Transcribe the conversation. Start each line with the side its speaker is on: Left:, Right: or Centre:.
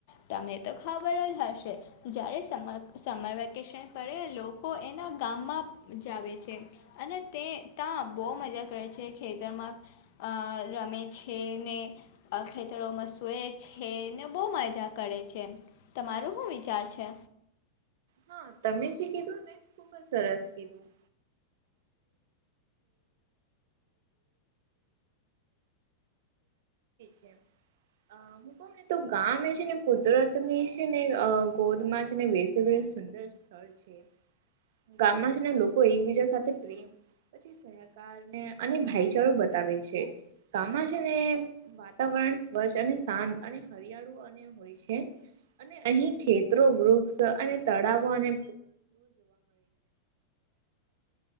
Left: તમને તો ખબર જ હશે. જ્યારે સમર સમર વેકેશન પરે લોકો એના ગામમાં જાવે છે અને તે ત્યાં બહુ મજા કરે છે ખેતરમાં. રમે છે ને. ખેતરોમાં સૂએ છે ને બહુ મજા કરે છે. તમારો શું વિચાર છે?
Right: હા તમે જે કીધું ને ખુબ જ સરસ કીધું ત જે. <inaudible> <inaudible> ક ને તો ગામમે એ છે ને કુદરત ની છે ને ગોદમાં છે ને વસે. સ્થળ છે ગામમાં ના લોકો એકબીજા સાથે પ્રેમ પછી સહકારને અને ભાઈચારો બતાવે છે ગામમાં છે ને. વાતાવરણ સ્વચ્છ અને શાંત અને હરિયાળુ અને હોય છે. અને અહી ખેતરો વૃક્ષ અને તળાવો અને.